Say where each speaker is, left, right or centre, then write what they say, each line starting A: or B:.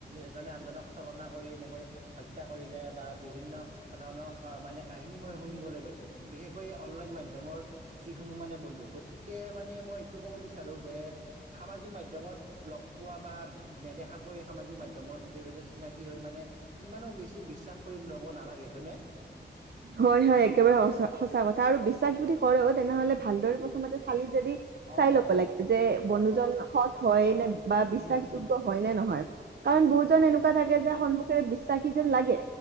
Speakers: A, on the right; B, on the right.
A: এজনে আনজনক চলনা কৰি এনেকৈ হত্যা কৰিলে বা বিভিন্ন ধৰণৰ কা মানে কাহিনী মই শুনিবলৈ পাইছো বিশেষকৈ অনলাইন মাধ্যমৰ যিসমূহ মানে বন্ধু গতি কে মানে মই এইটো ক'ব বিচাৰোঁ যে সামাজিক মাধ্যমত লগ পোৱা বা নেদেখা কৈ সামাজিক মাধ্যমৰ জৰিয়তে চিনাকি হৈ মানে ইমানো বেছি বিশ্বাস কৰি ল'ব নালাগে। হয়নে? <inaudible>
B: হয় হয় একেবাৰে সঁচা কথা আৰু বিশ্বাস যদি কৰে তেনেহলে ভালদৰে প্ৰথমতে চালি যদি চাই
A: অ',
B: ল'ব লাগে যে
A: হয়
B: বন্ধুজন
A: হয়।
B: সৎ হয় নে বা বিশ্বাসযোগ্য
A: উম, উম,
B: হয় নে নহয়। কাৰণ বহুতজন এনেকুৱা থাকে যে সন্মুখেৰে বিশ্বাসী যেন লাগে